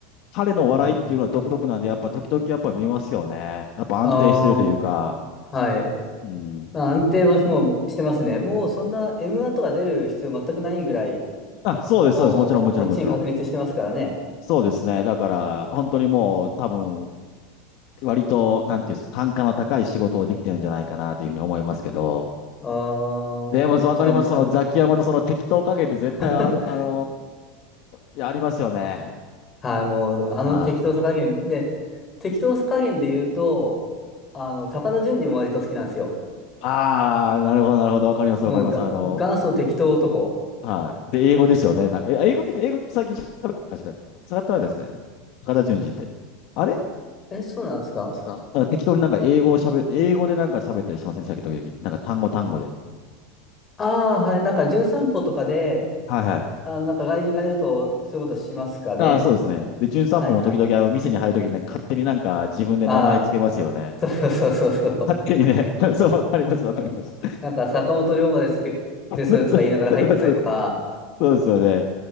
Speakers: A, on the left; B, on the left.
A: 彼の笑いっていうのは独特なんで、
B: はい。
A: やっぱ時々やっぱ見ますよね。やっぱ安定してるというか、
B: ああ、はい。
A: うん。
B: まあ、安定はもうしてますね。もうそんな M1 とか出る必要全くないぐらい、
A: あ、そうです、
B: もう、
A: そうです。もちろん、もちろん、
B: もう地位確立してますからね。
A: もちろん。そうですね。だから、本当にもう、多分、割と、なんていうんですか、単価の高い仕事をできてるんじゃないかなというふうに思いますけど、
B: ああ、
A: でも、そうわかります。
B: じゃあ、
A: そのザキヤマのその適当加減って絶対ある、
B: <laughs>
A: あのーいやありますよね。
B: はい、もう、あの適当さ加減で、
A: はい。
B: 適当さ加減で言うと、あの、高田純次も割と好きなんですよ。
A: ああ、なるほど、なるほど。わかります、
B: もうが、
A: わかります。あの、
B: 元祖適当男。
A: はい。で、英語ですよね。な、え、英語って、英語って最近喋った確か、使ってないですかね。高田純次って。あれ
B: え、そうなんですか
A: なんか適当になんか英語を喋、英語でなんか喋ったりしませんでしたっけ、時々。なんか単語単語で。
B: ああ、はい、なんか、純散歩とかで、
A: はいはい。
B: あ、なんか外人がいると、そういうことしますかね。
A: ああ、そうですね。で、『ん散歩』も時々あの、
B: はいはい。
A: 店に入るときにね、勝手になんか自分で名前つけますよね。
B: ああ、そうそうそうそうそう。
A: 勝手にね、<laughs> そう、わかります、わかります。
B: なんか坂本龍馬ですげ、
A: <laughs>
B: ですとか言いながら入ってったりとか。
A: そう、そうそうそうですよね。